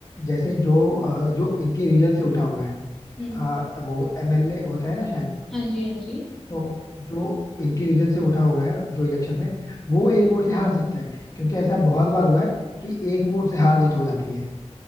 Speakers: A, on the left; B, in the centre.
A: जैसे जो अ, जो इनके रीजन से उठा हुआ है
B: हम्म
A: अ, वो एमएलए होता है ना शायद
B: हाँ जी हाँ जी
A: तो जो इनके रीजन से उठा हुआ है जो इलेक्शन में वो एक वोट से हार सकता है क्योंकि ऐसा बहुत बार हुआ है कि एक वोट से हार जीत हो जाती है